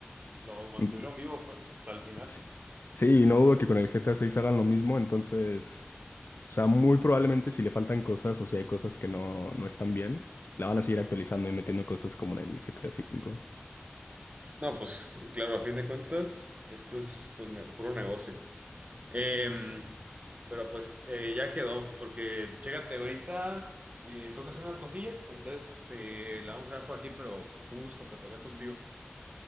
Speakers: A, on the right; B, on the left.
A: Lo mantuvieron
B: mm,
A: vivo, pues, hasta el final.
B: sí, sí, no dudo que con el GTA 6 hagan lo mismo, entonces, o sea, muy probablemente si le faltan cosas o si hay cosas que no, no están bien, la van a seguir actualizando y metiendo cosas como en el GTA cinco
A: No, pues claro, a fin de cuentas, esto es pues, ne- puro negocio. Em, pero pues eh, ya quedó, porque chécate, ahorita eh, tocas unas cosillas, entonces este, la vamos a dejar por aquí, pero un gusto pues hablar contigo.